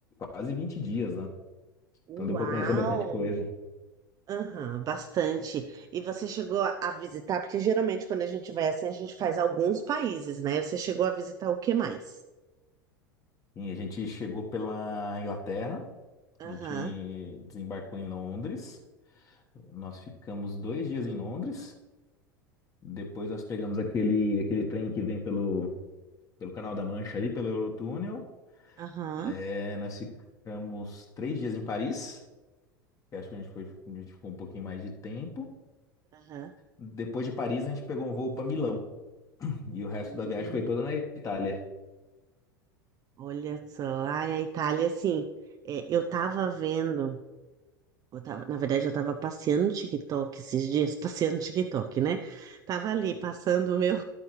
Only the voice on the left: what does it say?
quase 20 dias lá.
Então deu pra conhecer bastante coisa.
E a gente chegou pela Inglaterra,
a gente desembarcou em Londres, Nós ficamos dois dias em Londres. Depois nós pegamos aquele, aquele trem que vem pelo, pelo Canal da Mancha ali, pelo Eurotúnel.
É, nós ficamos três dias em Paris, que acho que a gente foi, a gente ficou um pouquinho mais de tempo.
Depois de Paris, a gente pegou um voo para Milão. E o resto da
viagem foi toda na Itália.